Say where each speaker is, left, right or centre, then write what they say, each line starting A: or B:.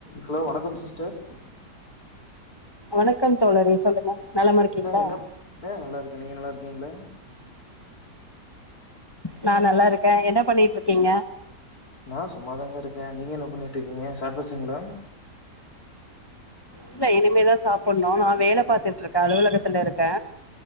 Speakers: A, on the left; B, on the left.
A: Hello வணக்கம் sister
B: வணக்கம் தோழர் சொல்லுங்க நலமா இருக்கீங்களா
A: ஆ என்ன ஏ நல்லா இருக்க நீங்க நல்லா இருக்கீங்ளா
B: நா நல்லா இருக்க என்ன பண்ணிட்டு இருக்கீங்க
A: நா சும்மாதாங்க இருக்க நீங்க என்ன பண்ணிட்டு இருக்கீங்க சாப்டாச்சுங்ளா
B: இல்ல இனிமேதா சாப்பணு நா வேல பாத்துட்டு இருக்க அலுவலகத்துல இருக்க